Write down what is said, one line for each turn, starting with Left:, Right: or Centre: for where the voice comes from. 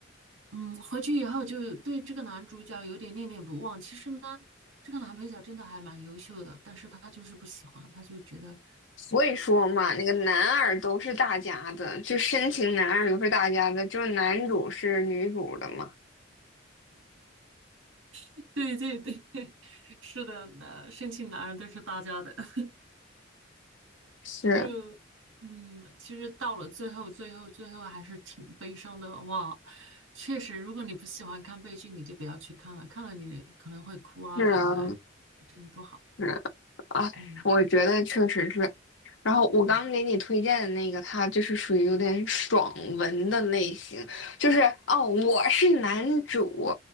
Right: 嗯回去以后就对这个男主角有点念念不忘。其实呢。这个男配角真的还蛮优秀的，但是他就是不喜欢，他就觉得
Left: 所以说嘛，那个男二都是大家的，就深情男二都是大家的，就是男主是女主的嘛。
Right: <laughs> 对对对，<laughs> 是的，那申请男人都是大家的，<laughs>
Left: 是
Right: 就嗯，其实到了最后，最后，最后还是挺悲伤的哇。确实，如果你不喜欢看悲剧，你就不要去看了，看了你可能会哭啊什么的，
Left: 是啊，
Right: 哎，真不好。
Left: 是啊啊，
Right: 嗯
Left: 我觉得确实是。然后我刚给你推荐的那个，
Right: 嗯，
Left: 它就是属于有点爽文的类型，就是哦，我是男主，